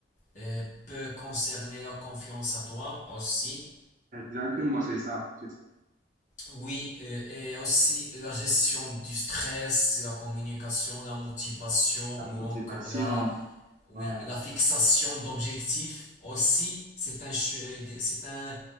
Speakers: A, on the left (about 45°); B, on the right (about 45°).
A: euh, peut concerner la confiance à toi aussi.
B: Exactement, c'est ça. C'est ça,
A: Oui, euh, et aussi la gestion du stress, la communication, la motivation
B: la motivation.
A: ou encore la, oui,
B: Ouais.
A: la fixation d'objectifs aussi, c'est un, che- c'est un